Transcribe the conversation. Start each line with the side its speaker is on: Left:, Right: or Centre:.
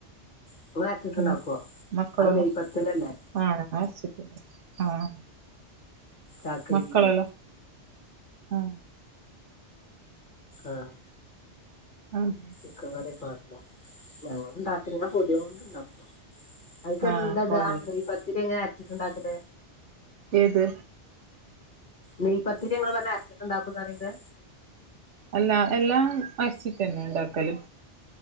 Left: <unintelligible> ണ്ടാക്കുവോ
Right: പിന്നെ മക്കളെല്ലാം
Left: അത് നെയ്പത്തതല്ലെ
Right: ആഹ് വരച്ചിട്ടില്ലേ ആഹ്
Left: ചാക്കരിയില്
Right: മക്കളല്ലോ ആഹ്
Left: ആഹ്
Right: ആഹ്
Left: ചിക്കൻ കറി പാടുണ്ടോ ഞങ്ങള് ഇണ്ടാക്കൽ കൊതീണ്ട് ഇണ്ടാക്കും അയിക്ക്
Right: ആഹ്
Left: ന്തടാ
Right: പൊടി
Left: നെയ്പ്പത്തിരി എങ്ങനെ അരച്ചിട്ടുണ്ടാക്കല്
Right: ഏത്
Left: നെയ് പത്തിരി ഇങ്ങള് പറഞ്ഞ് അരിച്ചിട്ടുണ്ടാക്കുംന്ന് പറയുന്നത്
Right: അല്ലാ എല്ലാം അരച്ചിട്ടന്നെ ഇണ്ടാക്കല്